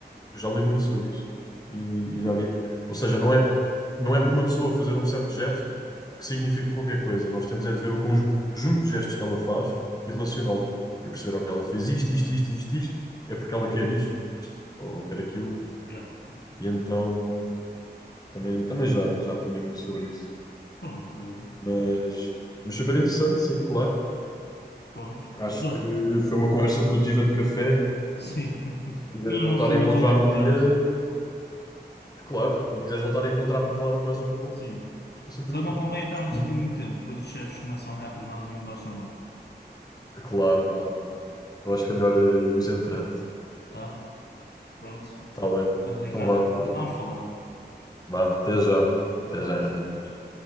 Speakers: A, on the left; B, on the left.
A: eu já li muito sobre isto e, e já vi que, ou seja, não é, não é por uma pessoa fazer um certo gesto que significa qualquer coisa. Nós temos
B: isso.
A: é de ver o conjunto de gestos que ela faz e relacioná-los e perceber, ok, ela fez isto, isto, isto, isto, isto, é porque ela quer isto ou quer aquilo,
B: Yeah, yeah.
A: e então também, também já, já aprendi muito sobre isso.
B: Pronto, vou.
A: Mas, mas super interessante, sim, claro.
B: Pronto.
A: Acho
B: olha,
A: que foi uma conversa produtiva de café
B: Sim. <laughs>
A: quiseres
B: Mas não
A: voltar
B: vamos ter
A: a
B: mais
A: encontrar
B: oportunidades.
A: um dia, claro, quando quiseres voltar a encontrar para falarmos mais um pouco,
B: Sim.
A: estou sempre
B: Só
A: aqui,
B: não convém estarmos
A: disponível.
B: aqui muito tempo, pois os chefes começam a olhar para nós e não gostam muito.
A: Claro, claro, claro. Então acho que é melhor eh, irmos entrando.
B: Tá? Pronto.
A: Está bem.
B: Ricardo,
A: Então vá, olha,
B: vamos falando.
A: vá, até já.
B: Um
A: Até
B: abraço.
A: já, Henrique.
B: Tchau, tchau.